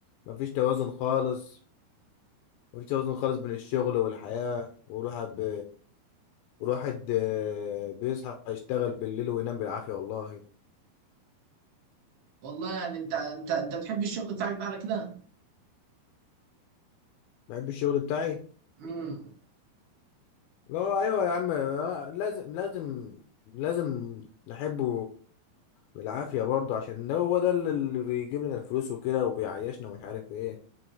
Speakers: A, on the left; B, on the right.
A: مفيش توازن خالص مفيش توازن خالص بين الشغل والحياة والواحد ب... والواحد آه، بيصحى يشتغل بالليل وينام بالعافية والله
B: والله يعني انت انت انت بتحب الشغل بتاعك ده على كده
A: بحب الشغل بتاعي
B: امم
A: لا أيوة يا عم آه، لازم لازم لازم نحبه بالعافية برضه عشان ده هو ده اللي اللي بيجيب لنا الفلوس وكده وبيعيشنا ومش عارف ايه